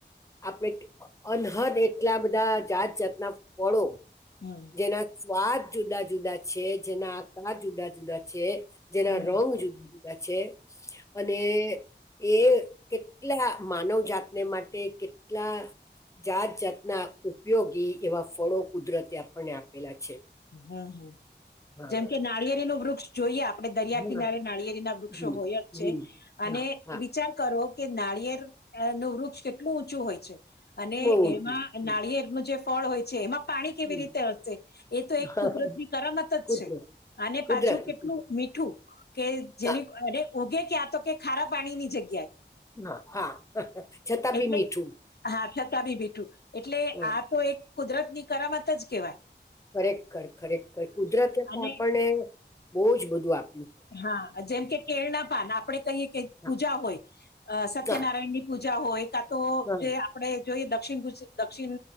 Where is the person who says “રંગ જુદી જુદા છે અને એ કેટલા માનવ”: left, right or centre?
Left